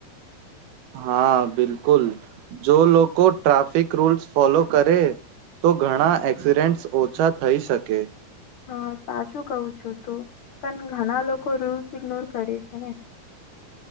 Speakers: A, on the right (about 85°); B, on the left (about 80°).
A: હા બિલકુલ જો લોકો ટ્રાફિક રૂલ્સ ફોલો કરે તો ઘણા એક્સિડેન્ટ્સ ઓછા થઈ શકે.
B: હા સાચું કવ છું તું પણ ઘણા લોકો રૂલ્સ ઇગ્નોર કરે છે ને.